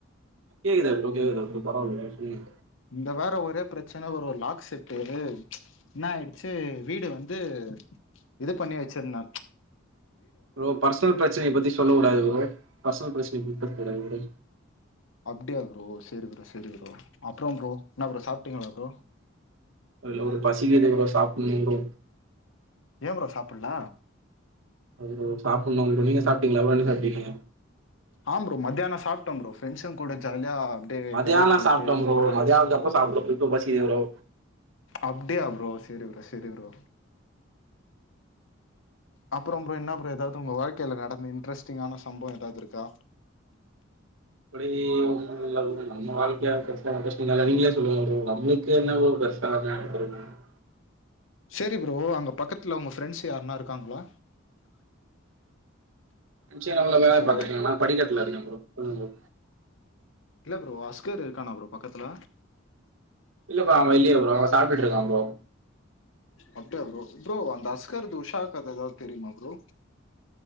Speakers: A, on the right (about 80°); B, on the left (about 75°).
A: கேக்குதா ப்ரோ கேக்குதா ப்ரோ பரவால்லையா சொல்லுங்க
B: இந்த வார ஒரே பிரச்சன ஒரு ஒரு லாக் செட்டு என்னாயிடுச்சி வீடு வந்து இது பண்ணி வச்சிருந்த
A: ப்ரோ பர்சனல் பிரச்சனய பத்தி சொல்ல கூடாது ப்ரோ பர்சனல் பிரச்சனய பத்தி பேச கூடாது ப்ரோ
B: அப்டியா ப்ரோ செரி ப்ரோ சரி ப்ரோ அப்றோ ப்ரோ என்னா ப்ரோ சாப்ட்டீங்ளா ப்ரோ
A: இல்ல ப்ரோ பசிக்கிது ப்ரோ சாப்பிலிங் ப்ரோ
B: ஏ ப்ரோ சாப்புல்ல
A: ம் சாப்புன்னு ப்ரோ நீங்க சாப்ட்டீங்ளா ப்ரோ என்ன சாப்ட்டீங்க
B: ஆ ப்ரோ மதியான சாப்ட ப்ரோ ஃபிரெண்ஸுங் கூட ஜாலியா அப்படியே
A: மதியான்லா
B: கடைக்கு போயிட்டு
A: சாப்ட்ட ப்ரோ மதியானத்தப்ப சாப்ட்டோ இப்ப பசிக்குது ப்ரோ
B: அப்டியா ப்ரோ செரி ப்ரோ செரி ப்ரோ அப்றோ ப்ரோ என்ன ப்ரோ ஏதாவது உங்க வாழ்க்கையில நடந்த இன்ட்ரெஸ்ட்டிங்கான சம்பவம் ஏதாவது இருக்கா
A: அப்டி ஒன்னு இல்ல ப்ரோ நம்ம வாழ்க்கைய கஷ்ட கஷ்ட தாலா நீங்களே சொல்லுங்க ப்ரோ நம்ளுக்கு என்ன ப்ரோ பர்ச் <unintelligible>
B: செரி ப்ரோ அங்க பக்கத்ல உங்க ஃப்ரெண்ட்ஸ் யாருனா இருக்காங்ளா
A: <unintelligible> வேலைய
B: ஹலோ
A: பாத்துட்டு இருக்காங்கனா நா படிக்கட்ல இருக்க ப்ரோ சொல்லு ப்ரோ
B: இல்ல ப்ரோ அஸ்கர் இருக்கானா ப்ரோ பக்கத்ல
A: இல்லப்பா அவ இல்லியே ப்ரோ அவ சாப்ட்டுட் இருக்கா ப்ரோ
B: அப்டியா ப்ரோ ப்ரோ அந்த அஸ்கர்து உஷா கத ஏதாவத் தெரியுமா ப்ரோ